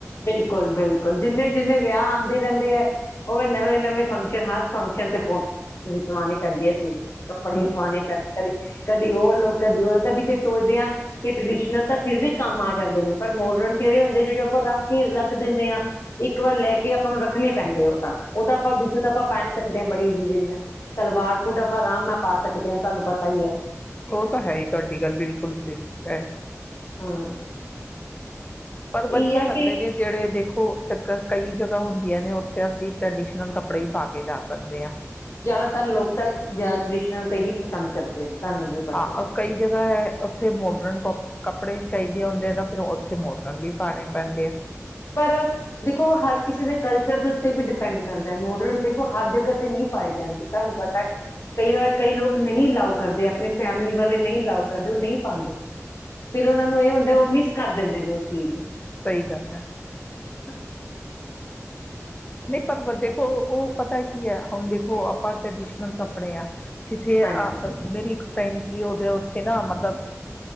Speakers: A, on the left; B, on the left.
A: ਬਿਲਕੁਲ ਬਿਲਕੁਲ ਜਿੰਨੇ ਜਿੰਨੇ ਵਿਆਹ ਆਉਂਦੇ ਨੇ ਰਦੇ ਹੈ ਉਹ ਨਵੇਂ ਨਵੇਂ ਫੰਕਸ਼ਨ ਹਰ ਫੰਕਸ਼ਨ ਤੇ ਪਵਾਣੇ ਪੈਂਦੇ ਹੈ ਸੂਟ ਕੱਪੜੇ
B: ਹਾਂ।
A: ਸਵਾਣੇ ਪੈਣੇ ਕਦੇ ਕਦੀ ਉਹ ਲੋਕ ਕਦੀ ਉਹ ਕਦੀ ਫਿਰ ਸੋਚਦੇ ਹਾਂ ਕਿ ਟਰਡੀਸ਼ਨਲ ਤਾਂ ਫਿਰ ਵੀ ਕੰਮ ਆ ਜਾਂਦੇ ਨੇ ਪਰ ਮੋਡਰਨ ਕਿਹੜੇ ਹੁੰਦੇ ਜਿਹੜੇ ਉ ਆਪਾਂੱਖ ਕੀ ਰੱਖ ਦਿੰਦੇ ਆਾਂ ਇੱਕ ਵਾਰ ਲੈ ਕੇ ਆਪਾਂ ਨੂੰ ਰੱਖ ਰੱਖਣੇ ਪੈਂਦੇ ਉਹ ਤਾਂ ਉਹ ਤਾਂ ਆਪਾਂ ਦੂਸੇ ਤਾਂ ਆਪਾਂ ਪਹਿਨ ਸਕਦੇ ਹਾਂ ਬੜੇ ਈਜ਼ੀ ਵੀ ਨਾਲ ਸਲਵਾਰ ਸੂਟ ਆਪਾਂ ਆਰਾਮ ਨਾਲ ਪਾ ਸਕਦੇ ਹਾਂ ਤੁਹਾਨੂੰ ਪਤਾ ਹੀ ਹੈ
B: ਉਹ ਤਾਂ ਹੈ ਹੀ ਤੁਹਾਡੀ ਗੱਲ ਬਿਲਕੁਲ ਸਿੱਖ ਹੈ
A: ਹਾਂ
B: ਪਰ ਵਧੀਆ
A: ਇਹ ਹੈ
B: ਲੱਗਦੇ
A: ਕਿ
B: ਨੇ ਜਿਹੜੇ ਦੇਖੋ ਕਈ ਜਗ੍ਹਾ ਹੁੰਦੀਆਂ ਨੇ ਉੱਥੇ ਅਸੀਂ ਟ੍ਰੈਡੀਸ਼ਨਲ ਕੱਪੜੇ ਹੀ ਪਾ ਕੇ ਜਾ ਸਕਦੇ ਹਾਂ
A: ਜ਼ਿਆਦਾਤਰ ਲੋਕ ਤਾਂ ਜ਼ਿਆਦਾ ਟ੍ਰਡੀਸ਼ਨਲ ਤੇ ਹੀ ਪਸੰਦ ਕਰੱਦੇ ਨੇ ਤੁਹਾਨੂੰ ਵੀ ਪਤਾ
B: ਹਾਂ
A: ਹੀ ਹੈ
B: ਕਈ ਜਗ੍ਹਾ ਹੈ ਉੱਥੇ ਮੋਡਰਨ ਕੱਪੜੇ ਚਾਹੀਦੇ ਹੁੰਦੇ ਆ ਤਾਂ ਫਿਰ ਉੱਥੇ ਮੌਡਰਨ ਵੀ ਪਾਉਣੇ ਪੈਂਦੇ ਆ
A: ਪਰ ਦੇਖੋ ਹਰ ਕਿਸੇ ਦੇ ਕਲਚਰ ਦੇ ਉੱਤੇ ਵੀ ਡਿਪੈਂਡ ਕਰਦਾ ਮੋਡਰਨ ਦੇਖੋ ਹਰ ਜਗ੍ਹਾ ਤੇ ਨਹੀਂ ਪਾਏ ਜਾਂਦੇ ਤੁਹਾਨੂੰ ਪਤਾ ਕਈ ਵਾਰ ਕਈ ਲੋਕ ਨਹੀਂ ਅਲਾਓ ਕਰਦੇ ਆਪਣੀ ਫੈਮਲੀ ਵਾਲੇ ਨਹੀਂ ਅਲਾਓ ਕਰਦੇ ਉਹ ਨਹੀਂ ਪਾਉਂਦੇ ਫਿਰ ਉਹਨਾਂ ਨੂੰ ਇਹ ਹੁੰਦਾ ਉਹ ਮਿਸ ਕਰ ਦਿੰਦੇ ਨੇ ਉਹ ਚੀਜ਼ ਨੂੰ
B: ਸਹੀ ਗੱਲ ਹੈ
A: ਅ
B: ਨਹੀਂ ਪਰ ਦੇਖੋ ਉਹ ਪਤਾ ਕੀ ਹੈ ਹੁਣ ਦੇਖੋ ਆਪਾਂ ਟ੍ਰਡੀਸ਼ਨਲ ਕੱਪੜੇ ਆ ਕਿੱਥੇ
A: ਹਾਂਜੀ
B: ਆ ਮੇਰੀ ਇੱਕ ਸੀ ਉਹਦੇ ਉੱਥੇ ਨਾ ਮਤਲਬ